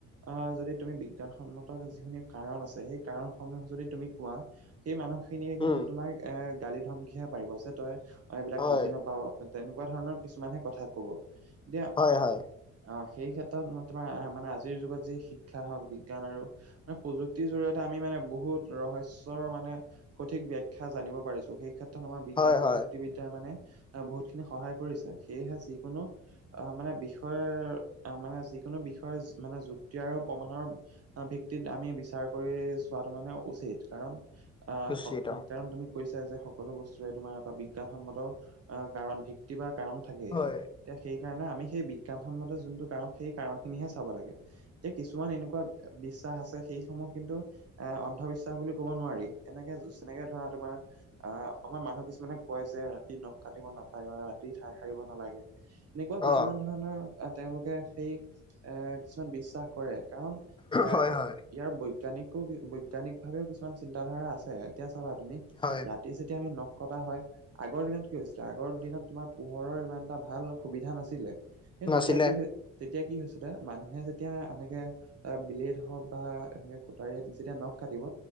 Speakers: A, on the right; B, on the left.
A: আহ যদি তুমি বিজ্ঞানসন্মত যিখিনি কাৰণ আছে, সেই কাৰণসমূহ যদি তুমি কোৱা সেই মানুহ খিনিকে
B: উম,
A: কিন্তু তোমাক এ গালি ধমকিহে পাৰিব যে তই অ' এইবিলাক
B: হয়,
A: বুজ বাও তেনেকুৱা ধৰণৰ কিছুমান হে কথা ক'ব। দিয়া
B: হয় হয়।
A: অ' সেই ক্ষেত্ৰত তোমাৰ মানে আজিৰ যুগত যি শিক্ষা হওঁক বিজ্ঞান আৰু মানে প্ৰযুক্তিৰ জৰিয়তে আমি মানে বহুত ৰহস্যৰ মানে সঠিক ব্যাখ্যা জানিব পাৰিছো সেই ক্ষেত্ৰত আমাৰ বিজ্ঞান
B: হয়,
A: প্ৰযুক্তিবিদ্যাৰ
B: হয়।
A: মানে আ' বহুত খিনি সহায় কৰিছে সেয়েহে যিকোনো অ' মানে বিষয় মানে যিকোনো বিষয়ে মানে যুক্তি আৰু প্ৰমাণৰ অ' ভিত্তিত আমি বিচাৰ কৰি চোৱাটো মানে উচিত কাৰণ আহ
B: কুচিত
A: কাৰণ তুমি কৈছা যে সকলো বস্তুৰে তোমাৰ এটা বিজ্ঞানসন্মত অ' কাৰণ ভিত্তি বা কাৰণ থাকেই।
B: হয়
A: এতিয়া সেইকাৰণে আমি সেই বিজ্ঞানসন্মত যোনটো কাৰণ, সেই কাৰণ খিনিহে চাব লাগে। এতিয়া কিছুমান এনেকুৱা বিশ্বাস আছে। সেইসমূহ কিন্তু এ অন্ধবিশ্বাস বুলি কব নোৱাৰি। এনেকে যেনেকে ধৰা তোমাৰ আঁ আমাৰ মানুহ কিছুমানে কয় যে ৰাতি তি নখ কাটিব নাপায় বা ৰাতি ঠাই সাৰিব নালাগে, এনেকুৱা কিছুমান
B: অ
A: ধৰণৰ আহ তেওঁলোকে সেই এ কিছুমান বিশ্বাস কৰে কাৰণ ইয়াক
B: হয় হয়
A: ইয়াৰ বৈজ্ঞানিকো বৈজ্ঞানিক ভাৱেও কিছুমান চিন্তাধাৰা আছে এতিয়া চাবা তুমি
B: হয়
A: ৰাত ই যেতিয়া আমি নখ কটা হয় আগৰ দিনত কি হৈছিলে, আগৰ দিনত তোমাৰ পোহৰৰ ইমান এটা ভাল সুবিধা নাছিলে। সেই
B: নাছিলে
A: তেতিয়া কি হৈ তেতিয়া কি হৈছিলে মানুহে যেতিয়া এনেকে এ বিলেদ হওঁক বা এনেকে কোটাৰীত যেতিয়া নখ কাটিব